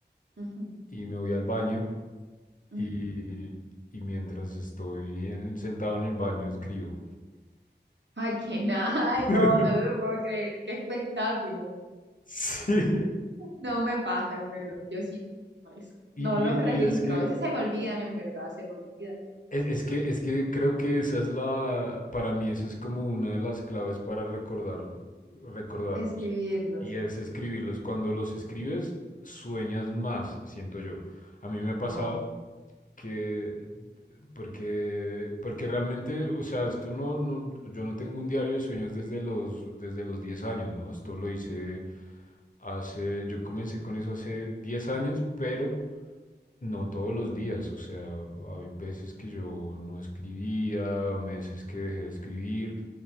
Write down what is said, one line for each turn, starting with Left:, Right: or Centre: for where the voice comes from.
Right: Ujú,
Left: y me voy al baño
Right: ujú.
Left: y, y mientras estoy en- sentado en el baño escribo.
Right: Ay, que <laughs> nada,
Left: <laughs>
Right: ay, no, no te lo puedo creer, qué espectáculo.
Left: Sí.
Right: No me pasa, en verdad, yo sí no hago eso. No
Left: Y,
Right: los
Left: y-
Right: registro,
Left: y es que,
Right: a veces se me olvidan, en verdad, se me olvida
Left: es, es que, es que creo que esa es la, para mí esa es como una de las claves para recordarlo, recordarlos.
Right: escribirlos.
Left: Y es escribirlos. Cuando los escribes, sueñas más, siento yo. A mí me ha pasado
Right: Wow.
Left: que, porque, porque realmente, o sea, esto no, no, yo no tengo un diario de sueños desde los, desde los 10 años, ¿no? Esto lo hice Hace, yo comencé con eso hace 10 años, pero no todos los días. O sea, hay veces que yo no escribía, meses que dejé de escribir